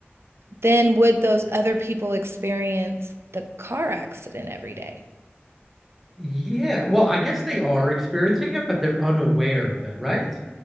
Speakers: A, on the right; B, in the centre.
A: then would those other people experience the car accident every day?
B: Yeah. Well, I guess they are experiencing it, but they're unaware of it, right?